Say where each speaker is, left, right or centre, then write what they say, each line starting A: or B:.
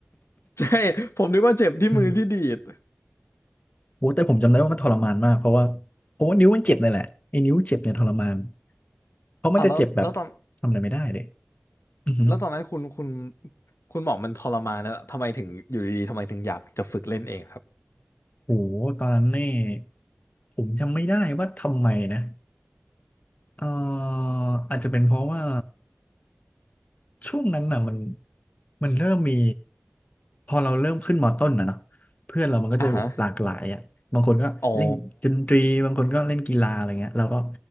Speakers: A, on the left; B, on the left.
A: ใช่ผมนึกว่าเจ็บที่มือที่ดีด
B: <laughs> อืมโอ้แต่ผมจำได้ว่ามันทรมานมากเพราะว่าเพราะว่านิ้วมันเจ็บเลยแหละไอ้นิ้วเจ็บเนี่ยทรมานเพราะมันจะเจ็บแบบ
A: อ่ะแล้วแล้วตอน
B: ทำอะไรไม่ได้เลยอือหือ
A: แล้วตอนนั้นคุณคุณคุณบอกมันทรมานนะทำไมถึงอยู่ดีๆทำไมถึงอยากจะฝึกเล่นเองครับ
B: โหตอนนั้นนี่ผมจำไม่ได้ว่าทำไมนะเอ่ออาจจะเป็นเพราะว่า ช่วงนั้นน่ะมันมันเริ่มมีพอเราเริ่มขึ้นมต้นนะเนาะเพื่อนเรามันก็จะแบบหลากหลายอ่ะบางคนก็เล่นดนตรีบางคนก็เล่นกีฬาอะไรเงี้ยเราก็
A: อ่าฮะอ๋อ